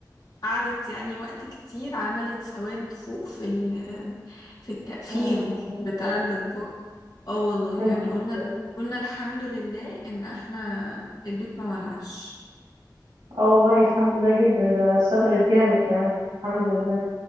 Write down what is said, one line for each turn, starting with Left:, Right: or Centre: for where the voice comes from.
Left: قعدت يعني وقت كتير عملت سواد فوق في ال... في التقفيل
Right: يا لهوي
Left: بتاع الاطباق اه والله
Right: يا نهار
Left: يعني قلنا
Right: ابيض
Left: قلنا الحمد لله ان احنا البيت ما ولعش
Right: اه والله الحمد لله جدا ده شطرت جامد كمان الحمد لله